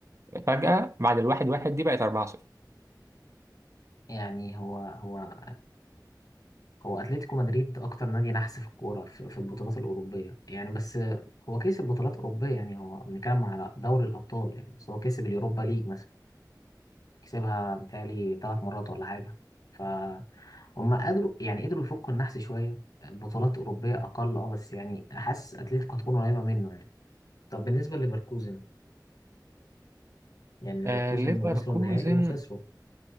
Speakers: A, on the right (about 40°); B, on the left (about 60°).
A: فجاه بعد الواحد واحد دي بقت 4-0
B: يعني هو هو هو اتلتيكو مدريد اكتر نادي نحس في الكوره في في البطولات الاوروبيه يعني بس آه، هو كسب بطولات اوروبيه يعني هو بنتكلم على دوري الابطال يعني بس هو كسب اليوروبا ليج مثلا كسبها متهيألي ثلاث مرات ولا حاجة فهم قدروا يعني قدروا يفكوا النحس شوية بطولات أوروبية أقل أه بس يعني حاسس أتلتيكو هتكون قريبة منه يعني طب بالنسبة لليفركوزن يعني ليفركوزن
A: آه ليفركوزن
B: وصلوا النهائي وخسروا